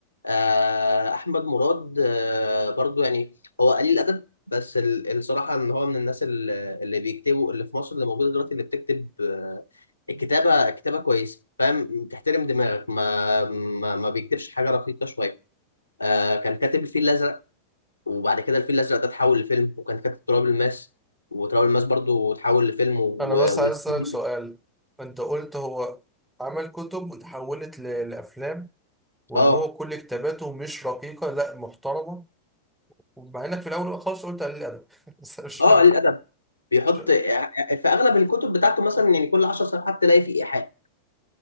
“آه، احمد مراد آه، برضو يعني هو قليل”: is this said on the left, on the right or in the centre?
Left